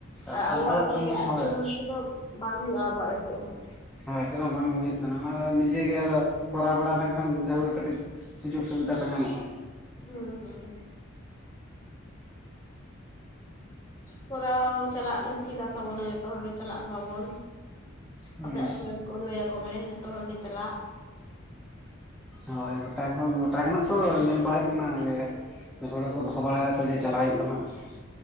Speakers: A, on the left; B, in the centre.
A: ᱟᱨ
B: ᱥᱟᱱᱛᱟᱲᱟᱜ
A: ᱟᱵᱚᱣᱟᱜ ᱫᱚ
B: ᱱᱟᱦᱟᱜ
A: ᱵᱮ ᱟᱱᱫᱳᱞᱚᱱ
B: ᱦᱳᱭ
A: ᱛᱮᱫᱚ ᱵᱟᱝ ᱦᱩᱭᱩᱜ ᱟᱵᱚᱼᱟᱜ ᱫᱚ ᱪᱮᱫ ᱦᱚᱸ᱾
B: ᱦᱳᱭ ᱪᱮᱫᱦᱚ ᱵᱟᱝ ᱦᱩᱭᱩᱜ ᱠᱟᱱᱟ ᱚᱱᱟ ᱠᱚᱫᱚ ᱱᱤᱡᱮ ᱜᱮ ᱟᱫᱚ ᱠᱚᱨᱟᱣ ᱵᱟᱲᱟ ᱞᱮᱱᱠᱷᱟᱱ ᱡᱟᱹᱦᱩ ᱠᱟᱹᱴᱤᱡ ᱥᱩᱡᱳᱜᱽ ᱥᱩᱵᱤᱫᱷᱟ ᱠᱚ ᱧᱟᱢᱚᱜᱼᱟ᱾
A: ᱦᱩᱸ ᱦᱩᱸ᱾ ᱠᱚᱨᱟᱣ ᱪᱟᱞᱟᱜ ᱞᱟᱹᱠᱛᱤ ᱠᱟᱱ ᱛᱟᱵᱚᱱᱟ ᱡᱚᱛᱚ ᱦᱚᱲ ᱜᱮ ᱪᱟᱞᱟᱜ ᱢᱟᱵᱚᱱ᱾
B: ᱦᱩᱸ
A: ᱟᱯᱮᱟᱛᱳ ᱨᱮᱱ ᱠᱚ ᱞᱟᱹᱭᱟᱠᱚ ᱢᱮ ᱡᱚᱛᱚ ᱦᱚᱲ ᱜᱮ ᱪᱟᱞᱟᱜ᱾
B: ᱦᱳᱭ ᱜᱚᱴᱟ ᱜᱚᱴᱟ ᱜᱮᱱᱟᱜ ᱛᱚ ᱧᱮᱞ ᱵᱟᱲᱟ ᱦᱩᱭᱩᱜ ᱠᱟᱱᱟ ᱡᱚᱛᱚ ᱦᱚᱲᱜᱮᱠᱚ ᱫᱚᱦᱚ ᱵᱟᱲᱟᱭᱫᱟᱠᱚ ᱡᱮ ᱪᱟᱞᱟᱜᱣ ᱦᱩᱭᱩᱜᱼᱟ ᱦᱟᱜ᱾